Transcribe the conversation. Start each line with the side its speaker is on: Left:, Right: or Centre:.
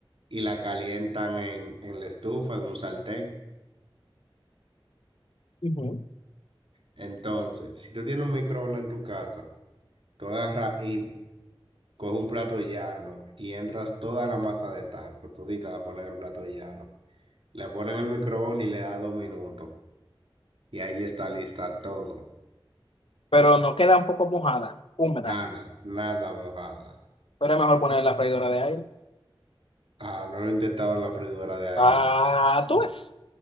Right: y la calientan en, en la estufa, en un sartén.
Left: Ujú.
Right: Entonces, si tú tienes un microondas en tu casa, tú agarras y coges un plato llano y entras toda la masa de taco, todita la pones en el plato llano, la pones en el microondas y le das dos minutos. Y ahí está lista todo.
Left: Pero no queda un poco mojada, húmeda.
Right: Nada, nada mojada.
Left: Pero es mejor poner en la freidora de aire.
Right: Ah, no lo he intentado en la freidora de aire.
Left: Ah, tú ves.